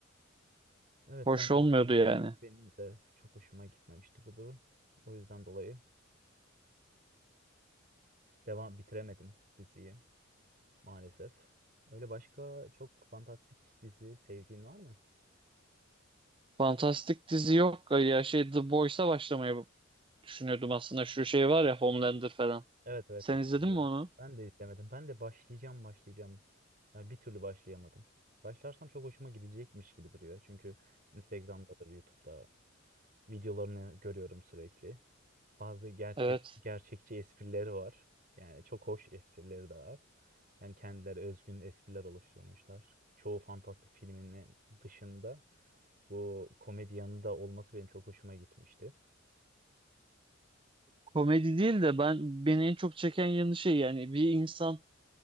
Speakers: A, on the right (about 45°); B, on the right (about 25°).
A: Evet
B: Hoş
A: ben
B: olmuyordu
A: bu konuda
B: yani.
A: benim de çok hoşuma gitmemişti bu durum. O yüzden dolayı devam bitiremedim diziyi maalesef. Öyle başka çok fantastik dizi sevdiğin var mı?
B: Fantastik dizi yok. Ya şey The Boys'a başlamayı düşünüyordum aslında. Şu şey var ya Homelander falan.
A: Evet evet
B: Sen
A: evet
B: izledin
A: biliyorum.
B: mi onu?
A: Ben de istemedim. Ben de başlayacağım başlayacağım. Ya bir türlü başlayamadım. Başlarsam çok hoşuma gidecekmiş gibi duruyor. Çünkü Instagram'dadır, YouTube'da videolarını görüyorum sürekli. Bazı gerçek
B: Evet.
A: gerçekçi esprileri var. Yani çok hoş esprileri de var. Yani kendileri özgün espriler oluşturmuşlar. Çoğu fantastik filminin dışında bu komedi yanında olması benim çok hoşuma gitmişti.
B: Komedi değil de ben beni en çok çeken yanı şey yani bir insan